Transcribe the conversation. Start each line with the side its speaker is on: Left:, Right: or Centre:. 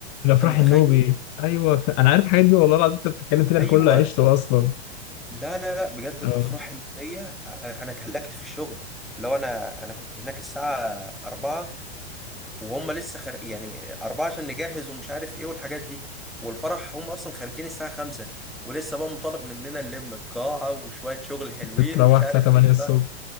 Left: الافراح
Centre: انت متخيل
Left: النوبي ايوه ف... انا عارف الحاجات دي والله العظيم انت بتتكلم فيها انا
Centre: ايوه
Left: كله عشته اصلا
Centre: لا لا لا بجد
Left: اه
Centre: الافراح النوبية آه، انا اتهلكت في الشغل لو انا انا كنت هناك الساعة 4 وهم لسه خر... يعني أربعة عشان نجهز ومش عارف إيه والحاجات دي والفرح هم أصلا خارجين الساعة خمسة ولسه بقى مطالب مننا نلم القاعة وشوية شغل حلوين
Left: بتروح
Centre: ومش
Left: الساعه
Centre: عارف
Left: 8
Centre: إيه لا
Left: الصبح